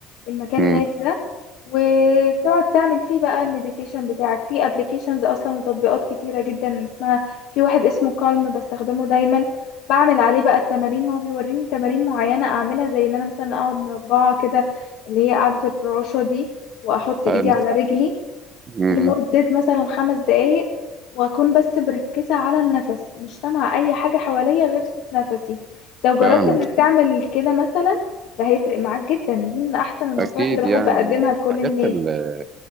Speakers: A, on the left (about 65°); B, on the right (about 40°).
A: المكان
B: مم،
A: الهادي ده وتقعد تعمل فيه بقى المديتيشن بتاعك في ابلكيشنز اصلا وتطبيقات كتيرة جدا اسمها في واحد اسمه كالم بستخدمه دايما بعمل عليه بقى التمارين هو بيوريني تمارين معينة اعملها زي ان انا مثلا اقعد مربعة كده اللي هي قاعدة الفراشة دي واحط ايدي
B: مم.
A: على رجلي
B: مم.
A: لمدة مثلا خمس دقايق وأكون بس مركزة على النفس مش سامعة أي حاجة حواليا غير صوت نفسي لو جربت
B: فعلا
A: إنك تعمل كده مثلا ده هيفرق معاك جدا دي من أحسن النصايح
B: أكيد
A: اللي بحب
B: يعني
A: أقدمها
B: من الحاجات
A: لكل الناس
B: ال-